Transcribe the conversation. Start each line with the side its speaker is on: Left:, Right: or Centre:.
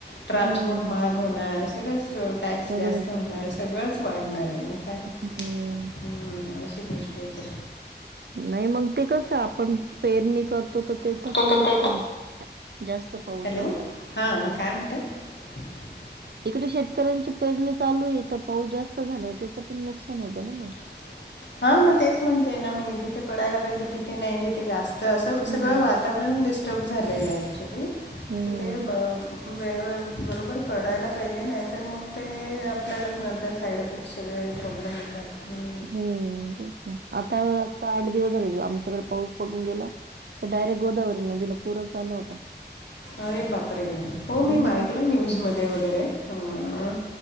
Left: ट्रान्सपोर्ट
Right: हम्म.
Left: महाग होणार सगळंच टॅक्स
Right: सगळंच.
Left: जास्त होणार सगळंच वाढणार आहे मग काय
Right: हम्म.
Left: ह अशी गोष्ट आहेते
Right: नाही मग ते कसं आपण पेरणी करत तो तर तेथं
Left: ते
Right: पण
Left: तर
Right: नुकसान
Left: ते
Right: जास्त पाऊस
Left: हॅलो
Right: झाल्यावर.
Left: हां काय <inaudible>
Right: इकडे शेतकऱ्यांची पेरणी चालू ये तर पाऊस जास्त झालावर त्याचं पण नुकसान होत ना मग.
Left: <inaudible> हा मग तेच म्हणते ना मी जिथे पडायला पाहिजे तिथे नाही जिथे जास्त असं
Right: हम्म.
Left: सगळं वा वातावरण डिस्टर्ब झालेलं ॲक्च्युली
Right: हम्म.
Left: त ते ब वेळवर बरोबर पडायला पाहिजे नायतर मग ते आपल्यालाच नंतर साईड इफेक्ट सगळे प्रॉब्लेम येतात. हूं
Right: हम्म तेच ना आता आता आठ दिवस झाले आमच्याकडे पाऊस पडून गेला तर डायरेक्ट गोदावरी नदीला पूरचं आला होता.
Left: अरे बाप रे! हो मी
Right: मग
Left: मायकला न्यूज मध्ये वगैरे हं